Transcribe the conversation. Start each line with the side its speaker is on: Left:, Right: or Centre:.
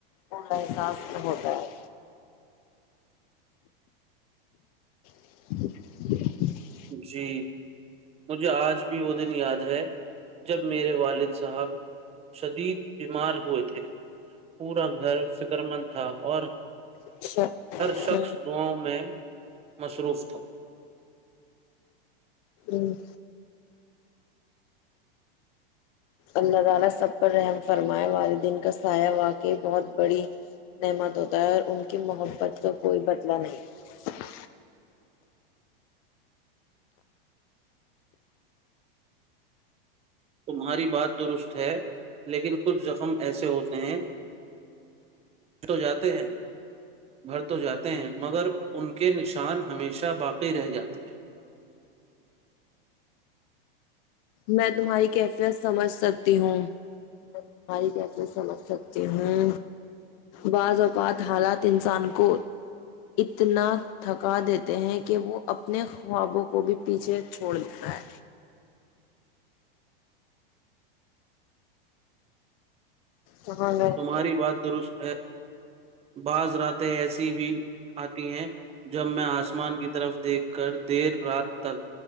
Left: اننا احساس ہوتا ہے <unintelligible>
Right: جی مجھے آج بھی وہ دن یاد ہے جب میرے والد صاحب شدید بیمار ہوئے تھے پورا گھر فکر مند تھا اور
Left: ہے
Right: ہر شخص
Left: ہوں
Right: دعا میں مصروف تھا
Left: ہوں اللہ تعالی سب پر رحم فرمائے والدین کا سایہ واقع بہت بڑی نعمت ہوتا ہے اور ان کی محبت کا کوئی بدلہ نہیں
Right: تمہاری بات درست ہے لیکن کچھ زخم ایسے ہوتے ہیں تو جاتے ہیں بھر تو جاتے ہیں مگر ان کے نشان ہمیشہ باقی رہ جاتے ہیں
Left: میں تمہاری کیفیت سمجھ سکتی ہوں میں تمہاری کیفیت سمجھ سکتی ہوں بعض اوقات حالات انسان کو اتنا تھکا دیتے ہیں کہ وہ اپنے خوابوں کو بھی پیچھے چھوڑ دیتا ہے نہیں
Right: تمہاری بات درست ہے بازر آتے ایسے بھی آتی ہیں جب میں آسمان کی طرف دیکھ کر دیر رات تک